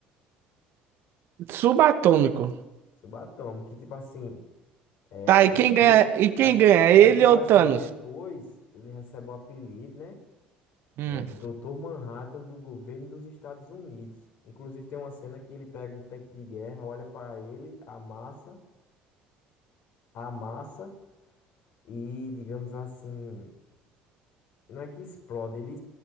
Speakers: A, on the right; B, on the left.
A: Subatômico.
B: Subatômico, que tipo assim, é,
A: Tá,
B: depois,
A: e quem ganha, e quem
B: aí,
A: ganha? Ele
B: aí, tipo
A: ou
B: assim,
A: Thanos?
B: depois ele recebe o apelido, né?
A: Hum,
B: é, de Doutor Manhattan do governo dos Estados Unidos. Inclusive tem uma cena que ele pega um tanque de guerra, olha para ele, amassa, amassa e, digamos assim, não é que explode, ele